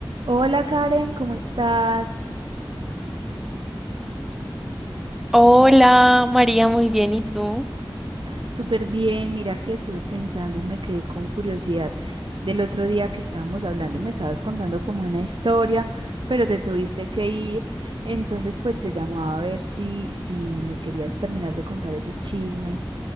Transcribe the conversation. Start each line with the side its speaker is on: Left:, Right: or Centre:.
Right: Hola Karen, ¿cómo estás?
Centre: Hola, María, muy bien, ¿y tú?
Right: Súper bien, mira que estuve pensando y me quedé con curiosidad del otro día que estábamos hablando y me estabas contando como una historia, pero te tuviste que ir, entonces pues te llamaba a ver si, si me querías terminar de contar ese chisme,